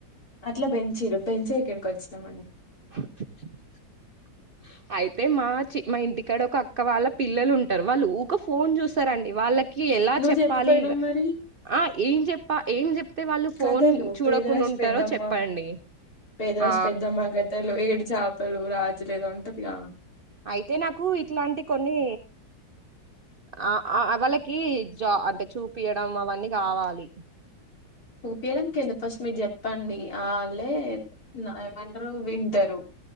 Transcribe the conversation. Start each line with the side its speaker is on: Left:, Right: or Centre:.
Left: అట్లా పెంచిర్రు పెంచే ఇక్కడికి వచ్చినాం
Right: <inaudible> అయితే మా చి మా ఇంటికాడ ఒక అక్క వాళ్ళ పిల్లలు ఉంటారు వాళ్ళు ఊకె ఫోన్ చూస్తారండి వాళ్ళ కి ఎలా
Left: నువ్వు
Right: చెప్పాలి
Left: చెప్పపోయినావు
Right: ల
Left: మరి
Right: ఆ ఏం చెప్ప ఏం చెప్తే వాళ్ళు ఫోన్
Left: కథలు
Right: చూడకుండుంటారో
Left: పేదరాశి పెద్దమ్మ
Right: చెప్పండి
Left: పేదరాశి
Right: ఆ
Left: పెద్దమ్మ కథలు ఏడు చాపలు రాజు ఏదో ఉంటదిగా
Right: అయితే నాకు ఇట్లాంటి కొన్ని ఆ ఆ వాళ్ళకి జా అంటే చూపియడం అవన్నీ కావాలి
Left: సుపిలంకందు ఫస్ట్ మీరు చెప్పండి ఆళ్ళే నా అందరు వింటారు